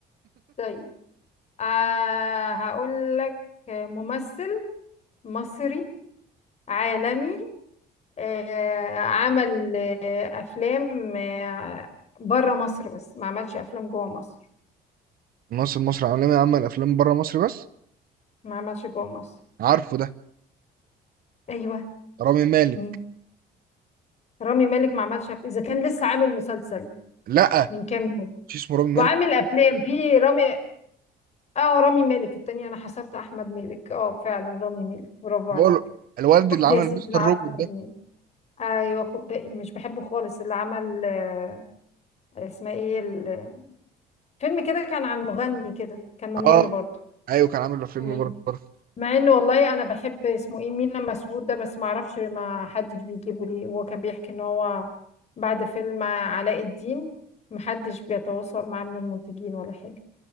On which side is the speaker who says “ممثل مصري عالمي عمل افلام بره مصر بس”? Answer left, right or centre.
Right